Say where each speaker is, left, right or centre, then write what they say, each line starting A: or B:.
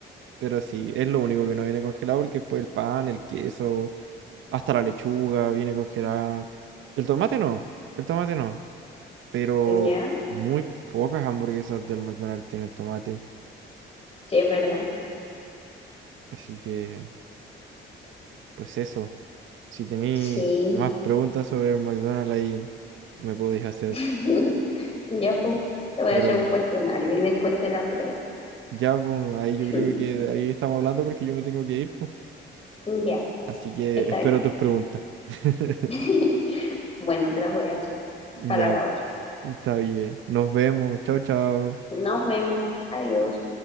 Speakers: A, on the right; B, on the left.
A: pero sí, es lo único que no viene congelado porque después el pan, el queso, hasta la lechuga viene congelada. El tomate no, el tomate no, pero
B: Ya,
A: muy pocas hamburguesas del McDonald's tienen tomate,
B: sí, es verdad.
A: así que pues eso. Si tenéis
B: Sí.
A: más preguntas sobre el McDonald's ahí me podéis hacer,
B: <laughs> Ya, pues, te voy
A: pero
B: a hacer un cuestionario y después te la pregunto.
A: Ya, pues, ahí yo creo
B: <laughs>
A: que ahí estamos hablando porque yo me tengo que ir, pues.
B: Ya,
A: Así que
B: está
A: espero
B: bien.
A: tus preguntas. <laughs>
B: <laughs> Bueno, te la voy a hacer
A: Ya,
B: para la otra.
A: está bien. Nos vemos. Chao, chao.
B: Nos vemos. Adiós.